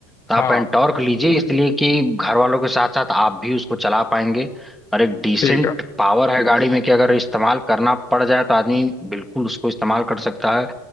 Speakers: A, in the centre; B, on the left.
A: तो आप
B: हाँ
A: एंटॉर्क लीजिए इसलिए कि घर वालों के साथ साथ आप भी उसको चला पाएंगे और एक डिसेंट
B: ठीक है
A: पावर है गाड़ी में कि अगर इस्तेमाल करना पड़ जाए तो आदमी बिल्कुल उसको इस्तेमाल कर सकता है